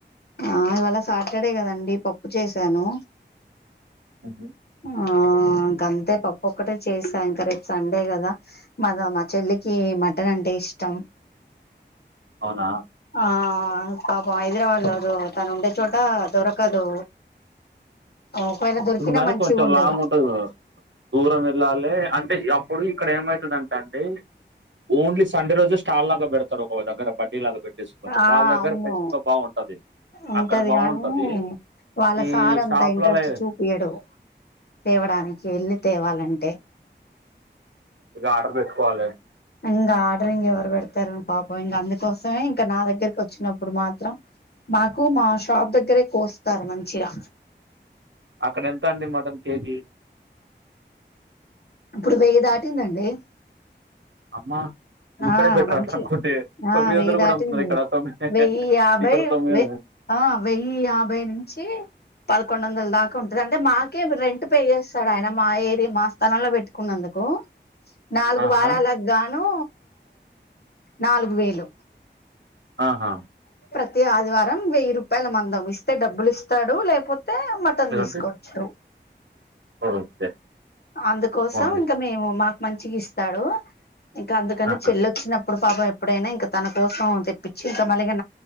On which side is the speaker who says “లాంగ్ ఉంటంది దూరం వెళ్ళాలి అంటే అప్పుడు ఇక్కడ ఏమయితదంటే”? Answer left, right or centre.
Right